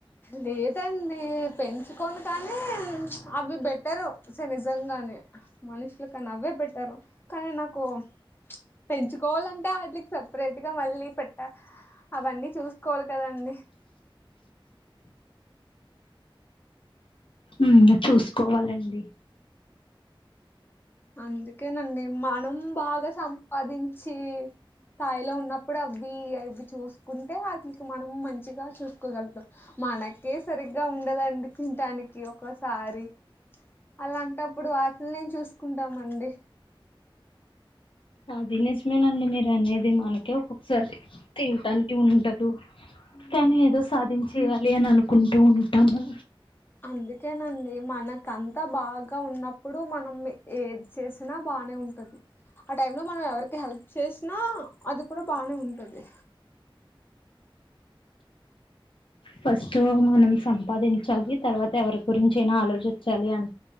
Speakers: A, on the left; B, on the left.
A: లేదండి పెంచుకోని కానీ అవి బెటరు నిజంగా కానీ మనుషుల కన్నా అవ్వే బెట్టారు కానీ నాకు పెంచుకోవాలంటే వాటికి సపరేట్ గా మళ్ళీ పెట్ట అవన్నీ చూసుకోవాలి కదండి.
B: ఉమ్ చూసుకోవాలండి
A: అందుకేనండి మనం బాగా సంపాదించి స్తాయిలో ఉన్నప్పుడు అవ్వి అది చూసుకుంటే వాటికి మనం మంచిగా చూసుకోగలుగుతాం మనకే సరిగ్ గ ఉండదు అండి. తింటానికి ఒకోసారి అలాంటప్పుడు వాటిని నేను చూస్ సుకుంటామండి
B: అది నిజమేనండి. మీరు అనేది మనకే ఒక్కొక్కసారి తినటానికి ఉండదు. కానీ ఏదో సాధించేయాలి. అని అనుకుంటూ ఉంటాము.
A: అందుకేనండి మనకంతా బాగా ఉన్నప్పుడు మనం మి ఏది చేసినా బానే ఉంటది ఆ టైమ్ లో మనం ఎవరికి హెల్ప్ చేసినా అది కూడా బానే ఉంటది.
B: ఫస్ట్ మనం సంపాదించాలి. తర్వాత ఎవరి గురించి అయినా ఆలోచించాలి అన్